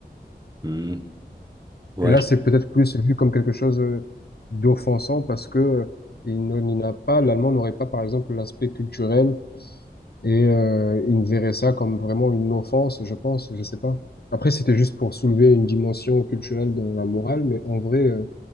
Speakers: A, on the right; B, on the left.
A: Hmm. Ouais,
B: Et là,
A: je-
B: c'est peut-être plus vu comme quelque chose euh, d'offensant parce que euh, il n- il n'a pas, l'allemand n'aurait pas, par exemple, l'aspect culturel et euh, il ne verrait ça comme vraiment une offense, je pense, je sais pas. Après, c'était juste pour soulever une dimension culturelle dans la morale, mais en vrai, euh,